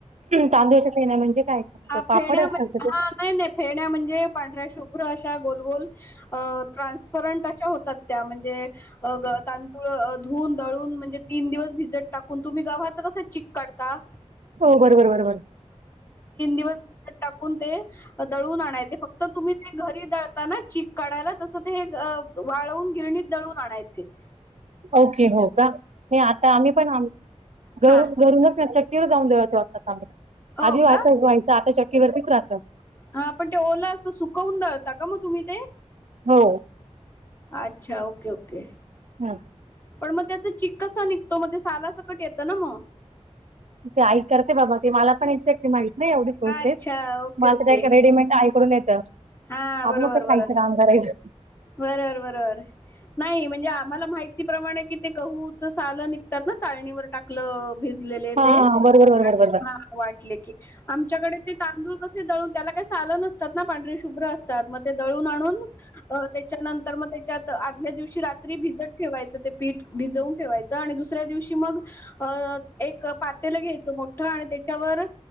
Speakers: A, on the right; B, on the left.
A: तांदूळच्या सेना म्हणजे. काय
B: आप
A: पापड
B: फेण्या
A: असतात
B: म
A: का
B: ह
A: ते
B: नाही नाही फेरण्या म्हणजे पांढऱ्या शुभ्र अशा गोलगोल ट्रान्सपरंट अशा होतात. त्या म्हणजे तांदूळ धुऊन दळून म्हणजे. तीन दिवस भिजत टाकून तुम्ही गावाच कसं चक काढता
A: हो बरोबर बरोबर.
B: हे बघ क टाकून ते दळून आणायचे फक्त तुम्ही ते घरी दळताना चक काढायला तसं ते. वाळवून गिरणीत दळून आणाय ते
A: ओके हो का हे आता आम्ही पण आमच घर
B: हां.
A: घरूनच शक्तीवर जाऊन दवत वात आमला
B: हो
A: आधी
B: का?
A: वां व्हायं आता चट वरतीच राहत
B: हा पण ते ओला असत सुकवून दाळता का मग तुम्ही ते
A: हो
B: अच्छा ओके ओके.
A: हास.
B: पण मग त्याचा चक कसा निघतो मग ते साला सकट येतं ना मग?
A: ति ते आई करते बाबा ते मला पण एकक्ली माहिती. नाही एवढी प्रोसेस
B: अच्छा ओके
A: म आ
B: ओके
A: रेडीमेड प्रोसेस, आईकडून येतं
B: हा
A: खायचं
B: बरोबर बरोबर.
A: ना काम करायचं.
B: बरोबर बरोबर. नाही म्हणजे आम्हाला माहितीप्रमाणे कि ते कहूच सालं निघतात ना चाळणीवर टाकलं. भिजलेले
A: हा
B: ते
A: हा बरोबर बरोबर
B: आणि
A: बरोबर
B: वाटले की आमच्याकडे ते तांदूळ कसे दळून त्याला काही सालं नसतात ना पांढरी शुभ्र असतात मग ते दळून आणून. अ मग त्याच्यात आदल्या दिवशी रात्री भिजत ठेवायचं ते पीठ भिजवून ठेवाय आणि दुसऱ्या दिवशी मग अ एक पातेल घ्यायचं मोठं आणि त्याच्यावर.